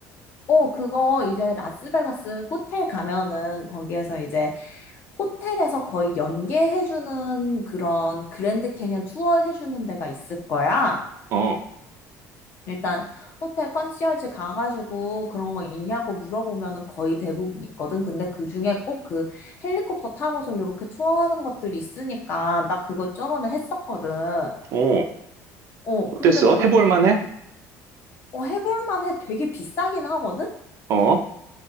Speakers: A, on the left; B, on the right.
A: 어, 그거 이제 라스베가스 호텔 가면은 거기에서 이제 호텔에서 거의 연계해주는 그런 그랜드 캐니언 투어 해주는 데가 있을 거야.
B: 어,
A: 일단 호텔 컨시어지 가가지고 그런 거 있냐고 물어보면은 거의 대부분 있거든. 근데 그중에 꼭 그 헬리콥터 타고서 이렇게 투어하는 것들이 있으니까 나 그거 저번에 했었거든.
B: 어,
A: 어,
B: 어땠어?
A: 근데 그거
B: 해볼 만해?
A: 어, 해볼 만해. 되게 비싸긴 하거든.
B: 어,